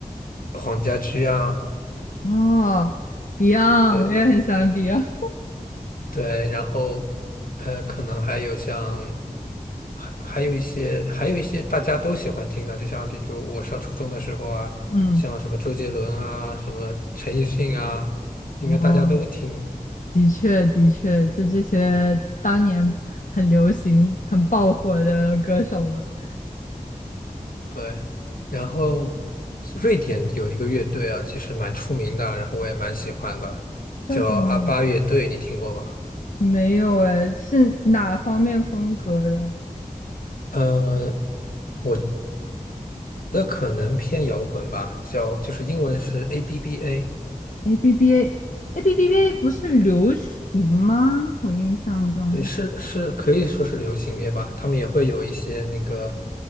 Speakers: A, on the left (about 80°); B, on the left (about 65°).
A: 黄家驹啊，
B: 哦，Beyond，
A: 对，
B: 我也很喜欢 Beyond。
A: 对，然后呃，可能还有像还还有一些还有一些大家都喜欢听的，就像比如我上初中的时候啊，
B: 嗯，
A: 像什么周杰伦啊，什么陈奕迅啊，应该大家都听。
B: 哦。的确，的确，就这些当年很流行、很爆火的歌手们，
A: 对，然后瑞典有一个乐队啊，其实蛮出名的，然后我也蛮喜欢的，
B: 叫什么？
A: 叫阿巴乐队，你听过吗？
B: 没有哎，是哪方面风格的
A: 呃，我觉得可能偏摇滚吧，叫就是英文是 ABBA。
B: ？A B B A，A B B A 不是流行吗？我印象中
A: 对，是是可以说是流行乐吧，他们也会有一些那个，